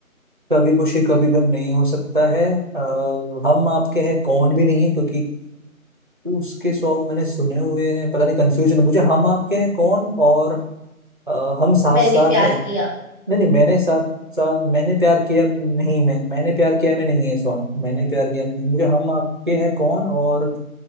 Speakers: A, on the right; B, on the left.
A: कभी खुशी कभी गम नहीं हो सकता है अ, हम आपके हैं कौन भी नहीं है क्योंकि उसके सॉन्ग मैंने सुने हुए हैं पता नहीं कंफ्यूजन है मुझे हम आपके हैं कौन और अ, हम साथ
B: मैंने
A: साथ
B: प्यार
A: है
B: किया
A: नहीं नहीं मैंने साथ साथ मैंने प्यार किया नहीं मैं मैंने प्यार किया में नहीं है सॉन्ग मैंने प्यार किया में नहीं है। मुझे हम आपके हैं कौन और